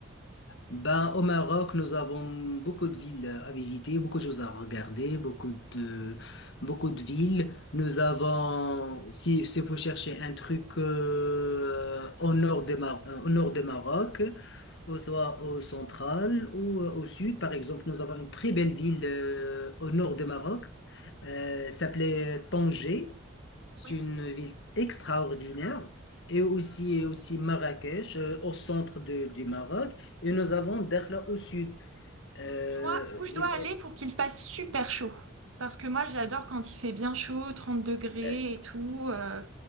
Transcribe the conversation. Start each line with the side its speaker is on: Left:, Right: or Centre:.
Left: ben, au Maroc, nous avons beaucoup de villes à visiter, beaucoup de choses à regarder, beaucoup de, beaucoup de villes. Nous avons, si, si vous cherchez un truc euh, au nord de Mar- euh, au nord de Maroc, ou soit au central ou euh, au sud, par exemple, nous avons une très belle ville euh, au nord de Maroc, euh, s'appelait Tanger. C'est
Right: Oui,
Left: une ville extraordinaire. Et aussi, et aussi Marrakech, euh, au centre de- du Maroc. Et nous avons Dakhla au sud. Euh,
Right: dis-moi où je
Left: et-
Right: dois aller pour qu'il fasse super chaud. Parce que moi, j'adore quand il fait bien chaud, 30 degrés
Left: euh,
Right: et tout, euh,